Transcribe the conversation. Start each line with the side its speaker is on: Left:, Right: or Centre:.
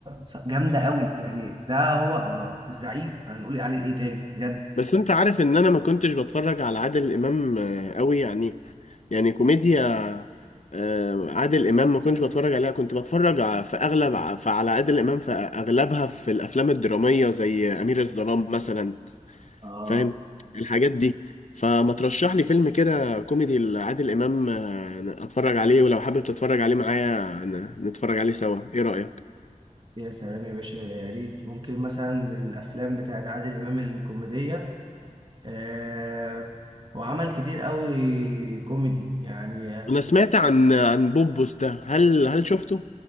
Right: ص- جامدة قوي يعني ده هو الزعيم هنقول عليه ايه تاني بجد
Left: بس انت عارف ان انا ما كنتش بتفرج على عادل امام آه، قوي يعني يعني كوميديا آه، عادل امام ما كنتش بتفرج عليها كنت بتفرج ع- في اغلب ع- في- على عادل امام في اغلبها في الافلام الدراميه زي امير الظلام مثلا
Right: آه
Left: فاهم الحاجات دي فما ترشح لي فيلم كده كوميدي لعادل امام آه، اتفرج عليه ولو حابب تتفرج عليه معايا ن- نتفرج عليه سوا ايه رايك
Right: يا سلام يا باشا يا ريت ممكن مثلا من الافلام بتاعت عادل امام الكوميديه آه هو عمل كتير قوي كوميدي يعني آه،
Left: انا سمعت عن عن بوبوس ده هل هل شفته